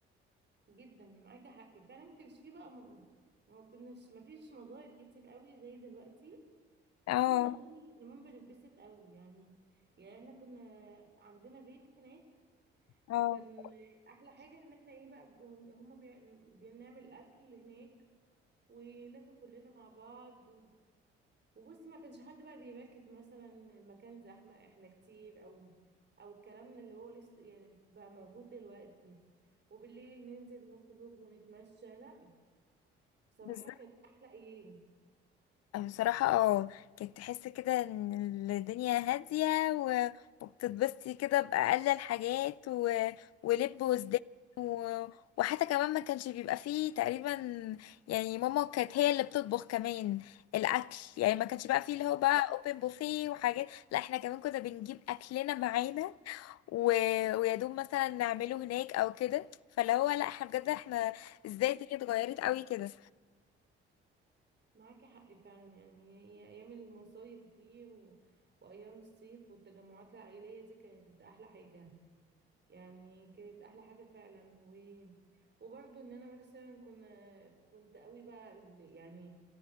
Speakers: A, on the right (about 35°); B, on the left (about 55°).
A: جدا معاكي حق فعلا ما كانش فيه بقى م... ما كناش ما فيش مظاهر كتير قوي زي دلوقتي وكنا
B: اه
A: والله زمان بنتبسط قوي يعني يعني احنا كنا عندنا بيت هناك
B: اه
A: وكان احلى حاجه ان احنا ايه بقى بن- هما بي... بنعمل اكل هناك وناكل كلنا مع بعض وبصي ما كانش حد بقى بيركز مثلا المكان زحمة احنا كتير او او الكلام اللي هو لسه يعني بقى موجود دلوقتي وبالليل ننزل نخرج ونتمشى لا بصراحة
B: بالظبط
A: كانت أحلى أيام
B: بصراحة اه كنت تحس كده ان الدنيا هادية و... وبتتبسطي كده بأقل الحاجات و... ولب
A: بالظبط.
B: وسدان و... وحتى كمان ما كانش بيبقى فيه تقريبا يعني ماما كانت هي اللي بتطبخ كمان الأكل يعني ما كانش بقى فيه اللي
A: اه.
B: هو بقى اوبن بوفيه وحاجات لا احنا كمان كنا بنجيب أكلنا معانا و... ويا دوب مثلا نعمله هناك او كده فاللي هو لا احنا بجد احنا ازاي الدنيا اتغيرت قوي كده
A: معاكي حق فعلا يعني هي أيام المصايف دي و... وأيام الصيف والتجمعات العائلية دي كانت أحلى حاجة يعني كانت احلى حاجه فعلا و وبرضه ان انا مثلا كنا كنت قوي بقى ال- يعني